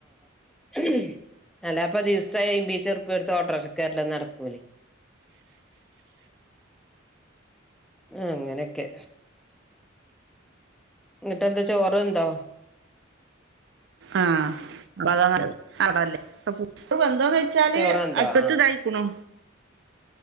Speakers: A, in the centre; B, on the right.
A: <unintelligible> എല്ലാപ്പ ദിവസം അയിബീച്ചുറുപ്പിയ എടുത്ത് ഓട്ടോറിക്ഷക്ക് വേരല് നടക്കൂലേയ്
B: <inaudible>
A: അങ്ങനെക്കെ ഇങ്ങട്ടെന്താ ചോറെന്തോ?
B: ആഹ് <unintelligible> ന്ന് വെച്ചാല്
A: ചോറുണ്ടോ
B: അട്പത്ത്
A: ആഹ്
B: ഇതായിക്കുണു